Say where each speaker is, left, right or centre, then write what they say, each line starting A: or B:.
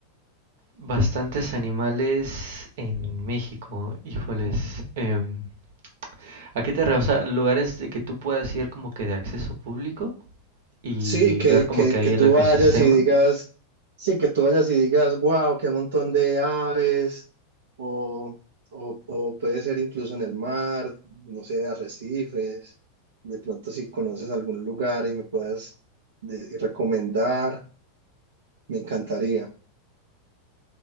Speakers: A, on the right; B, on the right.
A: bastantes animales en México, híjoles. em, ¿a qué te refieres? O sea, lugares de que tú puedas ir como que de acceso público y
B: Sí, que,
A: ver como
B: que,
A: que ahí
B: que tú
A: el ecosistema.
B: vayas y digas, sí, que tú vayas y digas, wow, qué montón de aves, o, o, o puede ser incluso en el mar, no sé, arrecifes, de pronto si conoces algún lugar y me puedas de- recomendar, me encantaría.